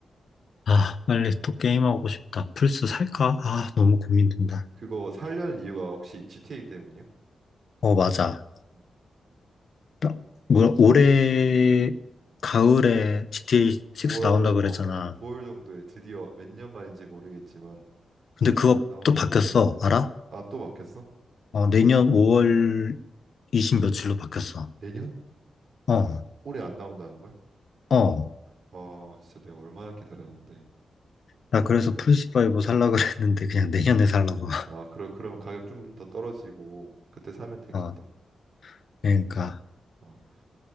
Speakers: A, on the left (about 65°); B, on the right (about 60°).
A: 아, 빨리 또 게임하고 싶다. 플스 살까? 아, 너무 고민된다.
B: 그거 살려는 이유가 혹시 GTA 때문이야?
A: 어, 맞아.
B: 음.
A: 나- 뭐 올해 가을에 GTA
B: 9월
A: 6 나온다 그랬잖아.
B: 어 9월 정도에 드디어 몇 년 만인지 모르겠지만
A: 근데 그거
B: 나온다고
A: 또 바뀌었어.
B: 하더라고.
A: 알아?
B: 아 또 막혔어?
A: 어, 내년 5월 20 며칠로 바뀌었어.
B: 내년?
A: 어,
B: 올해 안 나온다는 거야?
A: 어.
B: 아 진짜 내가 얼마나 기다렸는데.
A: 나 그래서 플스5 살라 <laughs> 그랬는데 그냥 내년에
B: 음.
A: 살라고. <laughs>
B: 아 그러 그러면 가격 좀 더 떨어지고 그때 사면 되겠다.
A: 어, 그러니까.
B: 어. 아